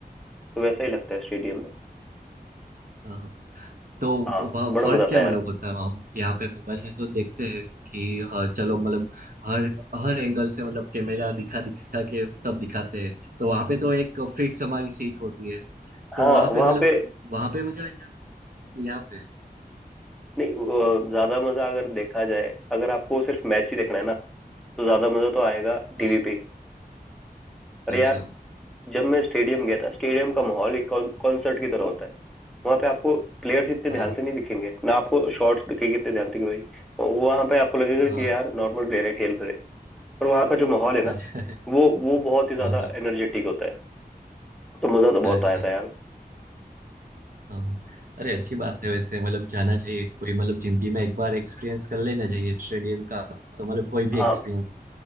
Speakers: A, in the centre; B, on the right.
A: तो वैसा ही लगता है स्टेडियम में
B: हाँ। तो
A: हाँ
B: वहाँ
A: बड़ा
B: फर्क
A: मजा आता
B: क्या
A: है
B: मतलब
A: यार
B: होता है वहाँ यहाँ पे मोबाइल में तो देखते हैं कि हाँ चलो मतलब हर हर एंगल से मतलब कैमरा दिखा दिखा के सब दिखाते हैं तो वहाँ पे तो एक फिक्स हमारी सीट होती है तो
A: हाँ
B: वहाँ पे
A: वहाँ
B: मतलब
A: पे
B: वहाँ पे मजा आ जाता है कि यहाँ पे
A: नहीं अ, ज्यादा मजा अगर देखा जाए अगर आपको सिर्फ मैच ही देखना है ना तो ज्यादा मजा तो आएगा टीवी
B: हाँ
A: पे ही पर यार
B: अच्छा
A: जब मैं स्टेडियम गया था स्टेडियम का माहौल एक कॉन्सर्ट की तरह होता है वहाँ पे आपको प्लेयर्स इतने
B: हाँ
A: ध्यान से नहीं दिखेंगे ना आपको शॉट्स दिखेंगे इतने ध्यान से कि भाई वो वहाँ पे आपको लगेगा
B: हाँ
A: कि यार नॉर्मल प्लेयर है खेल रहे पर वहाँ का जो माहौल है
B: अच्छा
A: ना वो वो बहुत ही ज्यादा
B: हाँ हाँ,
A: एनर्जेटिक होता है तो मजा तो बहुत
B: अच्छा
A: आया था यार
B: हाँ हाँ। अरे अच्छी बात है वैसे मतलब जाना चाहिए कोई मतलब जिंदगी में एक बार एक्सपीरियंस कर लेना चाहिए स्टेडियम का तो मतलब कोई भी एक्सपीरियंस
A: हाँ